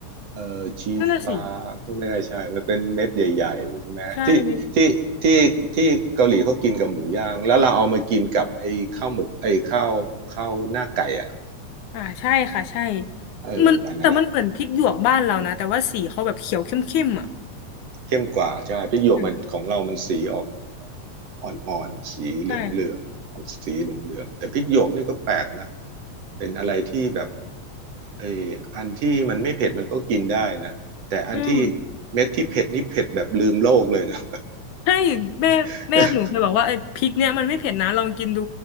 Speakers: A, on the right; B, on the left.
A: เออชีฟ้าก็ไม่ได้ใช่
B: นั่นน่ะสิ
A: มันเป็นเม็ดใหญ่ๆใช่ไหมที่ที่ที่ที่เกาหลีเขากินกับหมูย่าง
B: ใช่ไม่
A: แล้วเราเอามากินกับไอ้ข้าวหมกไอ้ข้าวข้าวหน้าไก่อ่ะ
B: อ่าใช่ค่ะใช่
A: เอออันนั้นแหละ
B: มันแต่มันเหมือนพริกหยวกบ้านเรานะแต่ว่าสีเขาแบบเขียวเข้มๆอ่ะ
A: เข้มกว่าใช่พริกหยวกมันของเรามันสีออก
B: อืม
A: อ่อนๆสีเหลืองเหลืองออกสีเหลืองเหลืองแต่พริกหยวกนี่ก็แปลกนะ
B: ใช่ค่ะ
A: เป็นอะไรที่แบบไออันที่มันไม่เผ็ดมันก็กินได้นะแต่อันที่
B: อืม
A: เม็ดที่เผ็ดนี่เผ็ดแบบลืมโลกเลยนะ
B: ให้แม่แม่หนูเคยบอกว่าไอ้พริกเนี่ยมันไม่เผ็ดนะลองกินดู
A: <laughs>